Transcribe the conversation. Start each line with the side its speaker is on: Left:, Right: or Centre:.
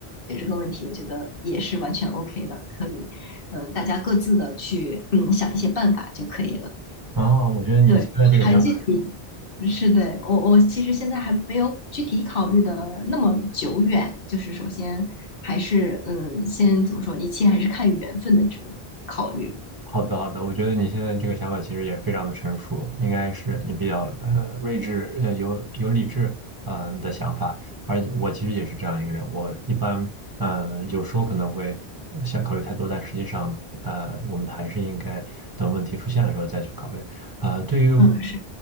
Left: 解决这个问题，我觉得也是完全 OK 的，可以，嗯，大家各自的去嗯想一些办法就可以了。
Right: 啊，我觉得你现在这个想法。
Left: 对，还具是体嗯是对我我其实现在还没有具体考虑的那么久远，就是首先还是嗯，先怎么说，一切还是看缘分的这种考虑。
Right: 好的，好的，我觉得你现在这个想法其实也非常的成熟，应该是你比较呃睿智，呃有有理智呃的想法。而且我其实也是这样一个人，我一般嗯、呃有时候可能会想考虑太多，但实际上呃我们还是应该等问题出现的时候再去考虑。呃，对于我
Left: 嗯是